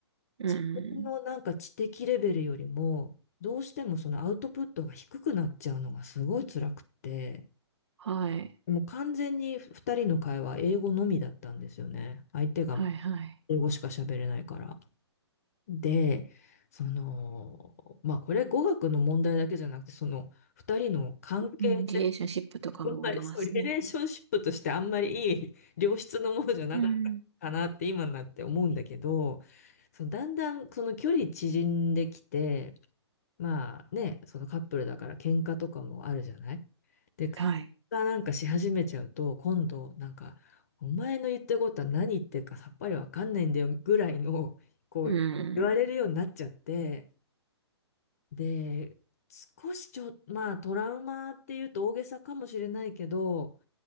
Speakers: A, on the right; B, on the left.
A: うん。
B: 自分のなんか知的レベルよりも、どうしてもそのアウトプットが低くなっちゃうのがすごい辛くって、
A: はい。
B: でも完全に2人の会話、英語のみだったんですよね。相手が
A: はい、はい。
B: 英語しか喋れないから。で、その、まあこれ語学の問題だけじゃなくて、その2人の関係性、
A: うん、リレーションシップとかもありますね。
B: あんまりそう、リレーションシップとしてあんまりいい良質のものじゃなかったかなって今になって思うんだけど、
A: うん。
B: そのだんだんその距離縮んできて、まあね、そのカップルだから喧嘩とかもあるじゃないで、喧
A: はい。
B: 嘩なんかし始めちゃうと、今度なんか、お前の言ってることは何言ってるかさっぱりわかんないんだよぐらいの、こう、
A: う
B: 言われるようになっちゃって、
A: ん。
B: で、少しちょ、まあトラウマっていうと大げさかもしれないけど、